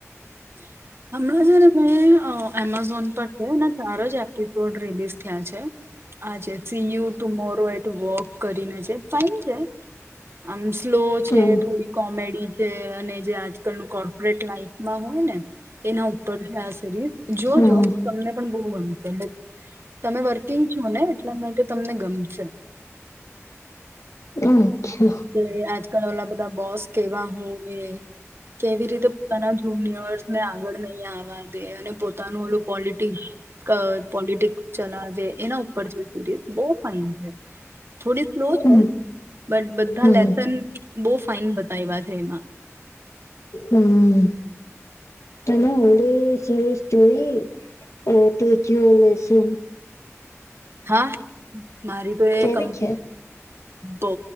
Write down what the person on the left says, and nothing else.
હમ
હા
અચ્છા
હમ
હમ
હમ્મ. તમે હોળી સિરીસ જોઈ એ પી ક્યુ લેસન.
કેવી
છે